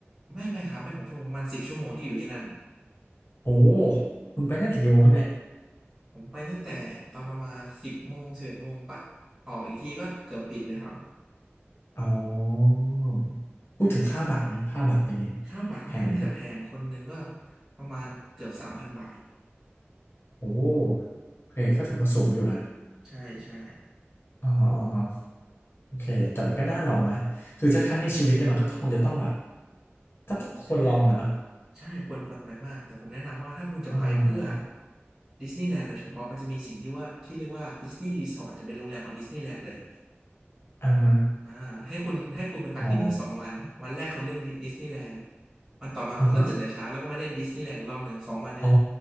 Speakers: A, on the right; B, on the left.
A: ไม่ไม่ครับไม่หกชั่วโมงประมาณสิบชั่วโมงที่อยู่ที่นั่น
B: โอ้คุณไปตั้งแต่กี่โมงครับเนี่ย
A: ผมไปตั้งแต่ตอนประมาณสิบโมงสิบเอ็ดโมงไปออกอีกทีก็เกือบปิดเลยครับ
B: อ๋อพูดถึงค่าบัตรนะค่าบัตรเป็นไง
A: ใช่ ค่าบัตรค่อนข้างที่จะแพงคนหนึ่งก็
B: แพงไหมครับ
A: ประมาณเกือบสามพันบาท
B: โอ้โอเคก็ถือว่าสูงอยู่นะ
A: ใช่ใช่
B: อ๋ออ๋ออ๋อโอเคแต่มันก็น่าลองนะคือถ้าครั้งในชีวิตเนี่ยมันก็คงจะต้องแบบก็ต้องควรลองอะเนาะ
A: ใช่ใช่ควรควรไปมากแต่ผมแนะนำว่าถ้าคุณจะไปเพื่อ
B: อ่า
A: ดิสนีย์แลนด์โดยเฉพาะมันจะมีสิ่งที่ว่าที่เรียกว่าดิสนีย์รีสอร์ทจะเป็นโรงแรมของดิสนีย์แลนด์เลย
B: อ่าฮะ
A: อ่าให้คุณให้คุณไปพักที่นี่สองวันวันแรกคุณเล่นดิสนีย์แลนด์
B: อ๋อ
A: วันต่อมาคุณก็ตื่นแต่เช้าแล้วก็มาเล่นดิสนีย์แลนด์อีกรอบหนึ่งสองวันเนี้ย
B: อ่าฮะอ๋อ